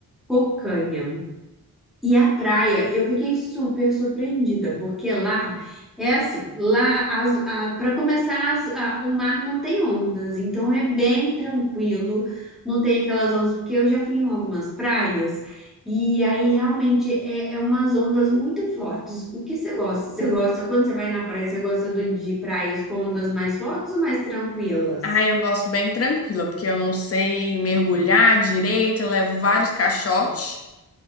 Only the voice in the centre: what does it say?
Cocanha. E a praia, eu fiquei super surpreendida, porque lá é assim, lá para começar as- a- o mar não tem ondas, então é bem tranquilo, não tem aquelas ondas, porque eu já fui em algumas praias e aí realmente é, é umas ondas muito fortes. O que você gosta? Você gosta quando você vai na praia, você gosta do- de praias com ondas mais fortes ou mais tranquilas?